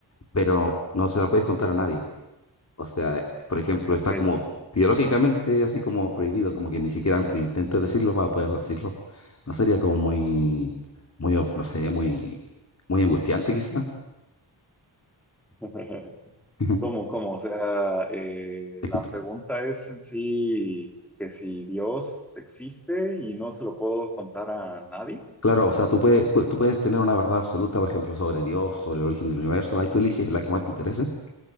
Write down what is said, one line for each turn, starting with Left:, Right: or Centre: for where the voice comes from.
Left: pero no se la puedes contar a nadie. O sea, por ejemplo,
Centre: ok.
Left: está como biológicamente así como prohibido, como que ni siquiera aunque intentes decirlo, vas a poder decirlo. No sería como muy, muy, op- no sé, muy, muy angustiante quizás.
Centre: <laughs>
Left: <laughs>
Centre: ¿Cómo, cómo? O sea, eh,
Left: Es
Centre: la
Left: que, tú-
Centre: pregunta es en sí que si Dios existe y no se lo puedo contar a nadie.
Left: claro, o sea, tú puedes, pu- tú puedes tener una verdad absoluta, por ejemplo, sobre Dios, sobre el origen del universo, ahí tú eliges la que más te interese.